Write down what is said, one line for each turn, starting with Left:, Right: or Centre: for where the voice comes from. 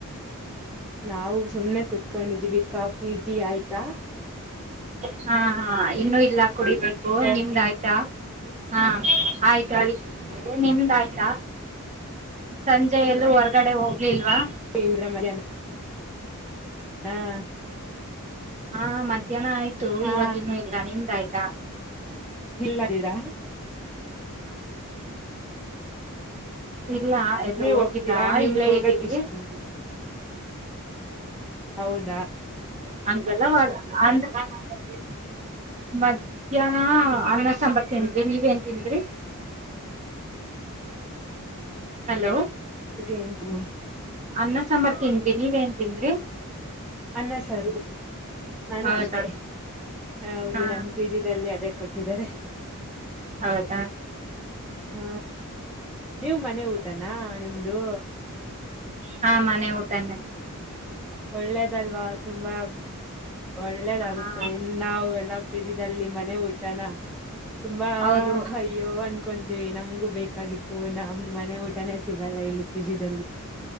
Centre: ನಾವು ಸುಮ್ನೆ ಕುತ್ಕೊಂಡಿದ್ದೀವಿ ಕಾಫಿ ಟೀ ಆಯ್ತಾ
Right: ಹಾ ಹಾ ಇನ್ನು ಇಲ್ಲಾ ಕುಡಿಬೇಕು
Centre: ಕಾಫಿ
Right: ನಿಮ್ದಾಯ್ತಾ ಹಾ ಆಯ್ತ ಆಯ್ತು ನಿಮ್ದ ಆಯ್ತಾ ಸಂಜೆ ಯಲ್ಲೂ ಹೊರ್ಗಡೆ ಹೋಗ್ಲಿಲ್ವಾ
Centre: ಕೇಂದ್ರ <unintelligible> ಹ್ಮ
Right: ಹಾ ಮಧ್ಯಾಹ್ನ ಆಯ್ತು
Centre: ಹಾ
Right: ಇವಾಗ ಇನ್ನು ಇಲ್ಲಾ ನಿಮ್ದಾಯಯ್ತಾ
Centre: ಇಲ್ಲೀರಾ
Right: ಇಲ್ಲಾ ಎಲ್ಲಿ
Centre: ನೀವ್
Right: ಹೋಗಿಲ್ಲಾ
Centre: ಹೋಗ್ತೀರಾ ನಿಮ್ಗ
Right: ಇಲ್ಲೇ
Centre: ಹೋಗಕ್
Right: ಇದ್ದೀವಿ
Centre: ಇಷ್ಟ ಹೌದಾ
Right: ಹಂಗೆಲ್ಲಾ <unintelligible> ಮಧ್ಯಾಹ್ನ ಅನ್ನಾ ಸಾಂಬರ್ ತಿಂದಿ ನೀವೇನ್ ತಿಂದ್ರಿ
Centre: ಹ
Right: ಹಲೋ
Centre: ಹೇಗೆ ತ
Right: ಅನ್ನಾ ಸಾಂಬಾರ್ ತಿಂದ್ವಿ ನೀವೇನ್ ತಿಂದರಿ
Centre: ಅನ್ನ ಸಾರ ನಾನು
Right: ಹೌದಾ
Centre: ಅಷ್ಟೇ ಹೌದು
Right: ಹಾ
Centre: ನನ್ನ ಪಿಜಿದಲ್ಲಿ ಅದೇ. ಕೊಟ್ಟಿದ್ದಾರೆ.
Right: ಹೌದಾ.
Centre: ಹಾ ನೀವ್ ಮನೆ ಊಟನಾ ನಿಮ್ದು.
Right: ಹಾ ಮನೆ ಊಟನ್ನೆ.
Centre: ಒಳ್ಳೇದಲ್ವಾ ತುಂಬಾ ಒಳ್ಳೇದಾಗುತ್ತೆ
Right: ಹ
Centre: ಇನ್ನು ನಾವ ಎಲ್ಲ. ಪೀ ಜಿ ದಲ್ಲಿ ಮನೆ ಊಟನ ತುಂಬಾ
Right: ಹೌದು
Centre: ಅಯ್ಯೋ ಅನ್ಕೊಂತೀವಿ ನಮ್ಗು ಬೇಕ. ಬೇಕಾಗಿತ್ತು ನಮ್ ಮನೆ ಊಟನೇ ಸಿಗಲ್ಲ ಇಲ್ಲಿ ಪಿಜಿದಲ್ಲಿ.